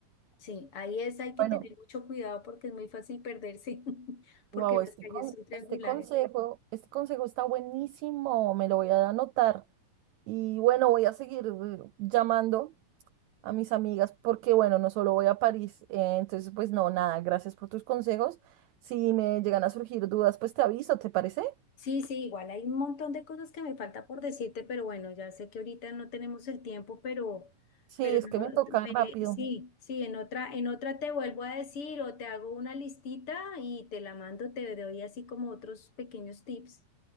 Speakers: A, on the left; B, on the right.
A: Sí, ahí es, hay que
B: bueno,
A: tener mucho cuidado porque es muy fácil perderse, <laughs> porque
B: wow, este,
A: las calles
B: con-
A: son triangulares.
B: este consejo, este consejo está buenísimo, me lo voy a anotar. Y bueno, voy a seguir eh, llamando a mis amigas porque, bueno, no solo voy a París. eh, entonces, pues no, nada, gracias por tus consejos. Si me llegan a surgir dudas, pues te aviso, ¿te parece?
A: Sí, sí, igual hay un montón de cosas que me falta por decirte, pero bueno, ya sé que ahorita no tenemos el tiempo, pero,
B: Sí,
A: pero
B: es
A: no,
B: que me toca
A: me-
B: rápido.
A: sí, sí, en otra, en otra te vuelvo a decir o te hago una listita y te la mando, te doy así como otros pequeños tips.